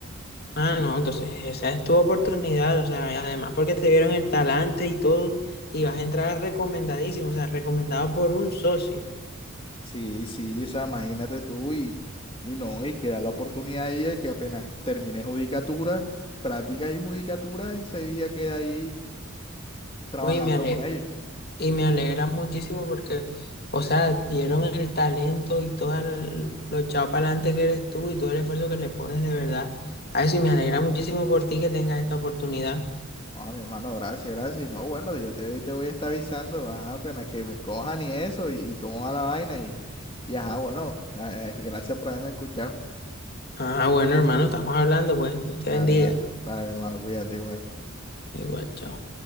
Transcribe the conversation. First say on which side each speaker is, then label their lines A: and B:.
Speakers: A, on the left (about 50°); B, on the left (about 25°).
A: Ah, no, entonces esa es tu oportunidad, o sea, y además porque te vieron el talante y todo, y vas a entrar recomendadísimo, o sea, recomendado por un socio.
B: Sí, sí, o sea, imagínate tú y, y no, y que da la oportunidad ahí de que apenas termine judicatura, práctica y judicatura, enseguida queda ahí trabajando
A: Uy, me ale-
B: con ellos.
A: y me alegra muchísimo porque, o sea, vieron el talento y todo el- lo echado para adelante que eres tú y todo el esfuerzo que le pones de verdad. Ay, sí, me alegra muchísimo por ti que tengas esta oportunidad.
B: Ah, mi hermano, gracias, gracias. Y no, bueno, yo te, te voy a estar avisando, ajá, apenas que me cojan y eso, y, y cómo va la vaina, y, y ajá, bueno, ah, eh, gracias por haberme escuchado.
A: Ah, bueno, hermano, estamos hablando, pues, Dios te
B: Dale,
A: bendiga.
B: dale, dale, mi hermano, cuídate igual.
A: Igual, chao.